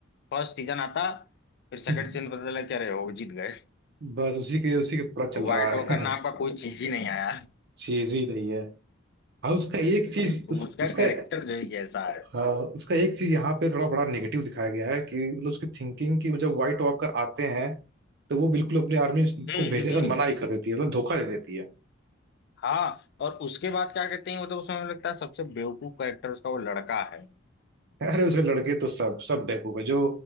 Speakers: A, on the left; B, on the right.
A: फर्स्ट सीजन आता फिर सेकंड
B: <laughs>
A: सीजन पता चला क्या रहे वो जीत गए
B: बस उसी के उसी के पूरा चल
A: व्हाइट
B: रहा
A: वॉकर
B: है
A: नाम का
B: <laughs>
A: कोई चीज ही नहीं आया
B: चीज ही नहीं है हाँ उसका एक चीज उस,
A: उसका
B: उसका
A: कैरेक्टर जो है कैसा है
B: हाँ उसका एक चीज यहाँ पे थोड़ा बड़ा नेगेटिव दिखाया गया है कि मतलब उसकी थिंकिंग कि जब व्हाइट वॉकर आते हैं तो वो बिल्कुल अपनी आर्मी
A: हम्म
B: को भेजने
A: हम्म,
B: का मना ही कर देती है मतलब धोखा दे देती है
A: हाँ और उसके बाद क्या कहते हैं मतलब उसमें मुझे लगता है सबसे बेवकूफ कैरेक्टर उसका वो लड़का है
B: <laughs> अरे उसके लड़के तो सब सब बेवकूफ है जो